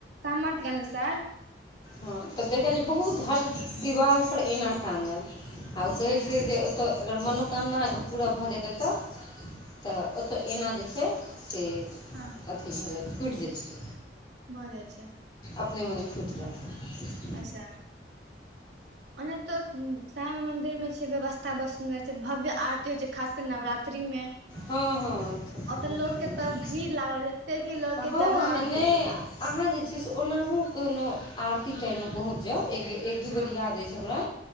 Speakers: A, on the right (about 80°); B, on the left (about 25°).
A: सामर्थक अनुसार
B: हँ तऽ देखलियै बहुत हर दिवालपर एना टाँगल आ ओ कहैत
A: हँ हँ
B: छै जे ओतय अगर मनोकामना अहाँके पूरा भऽ जेयतै एतय तऽ तऽ एना जे छै से
A: हँ
B: अथ की भऽ जाय फुटि जातै
A: भऽ जाइ छै
B: अपने मने फूटि जायत
A: अच्छा ओना तऽ श्यामा मन्दिर मे व्यवस्था बहुत सुन्दर छै भव्य आरती होइ छै खासकर नवरात्रि में
B: हँ हँ
A: ओतऽ
B: बड़
A: लोक
B: सुन्दर
A: के तऽ भीड़ लागल एते की लोक
B: हँ
A: के जगह
B: आ
A: नहि भेटै छै
B: अहाँ जे छै से ओनाहु कोनो आरती टाइममे पहुँच जाउ एक बेेर एक दू बेर
A: हँ
B: याद अछि हमरा